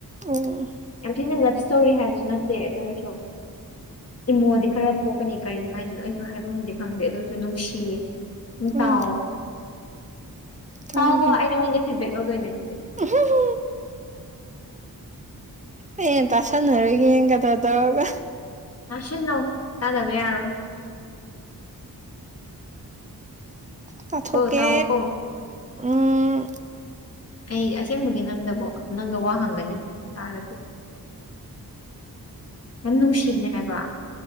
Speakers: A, on the right; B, on the left.
A: ꯑꯣ
B: ꯌꯥꯝ ꯊꯤꯅ ꯂꯞ ꯇꯧꯔꯤ ꯍꯥꯏꯕꯁꯨ ꯅꯠꯇꯦ ꯑꯗꯨ ꯑꯣꯏꯔꯁꯨ ꯏꯃꯣꯗꯤ ꯈꯔ ꯄꯣꯛꯀꯅꯤ ꯀꯔꯤ ꯍꯥꯏꯗ‌ꯣꯏꯅꯣ ꯑꯩꯁꯨ ꯍꯥꯏꯕꯝꯗꯤ ꯈꯪꯗꯦ ꯑꯗꯨꯁꯨ ꯅꯨꯡꯁꯤ‌ꯌ‌ꯦ ꯑꯗꯨꯝ
A: ꯍꯣꯏꯅꯦ
B: ꯇꯥꯎꯋ‌ꯣ
A: ꯇꯥꯒꯦ
B: ꯇꯥꯎ ꯍꯣ ꯑꯩ ꯅꯪꯉꯣꯟꯗꯩꯩ ꯐꯤꯗꯕꯦꯛ ꯂꯧꯗꯣꯏꯅꯦ ꯗꯨꯗꯤ
A: <unintelligible> ꯑꯩꯅ ꯇꯥꯁꯟꯅꯔꯣꯏꯒꯦꯅ ꯀꯗ ꯇꯧꯔꯒ
B: ꯇꯥꯁꯟꯅꯧ ꯇꯥꯗꯕ ꯌꯥꯔꯣꯏ
A: ꯇꯥꯊꯣꯛꯀꯦ
B: ꯀꯣ ꯇꯥꯎꯑꯣ ꯀꯣ
A: ꯎꯝ
B: ꯑꯩ ꯑꯁꯦꯡꯕꯒꯤ ꯅꯪꯗꯕꯨ ꯅꯪꯗ ꯋꯥ ꯍꯪꯒꯅꯤ ꯇꯥꯔꯗꯤ ꯌꯥꯝ ꯅꯨꯡꯁꯤꯕꯅꯦ ꯍꯥꯏꯕ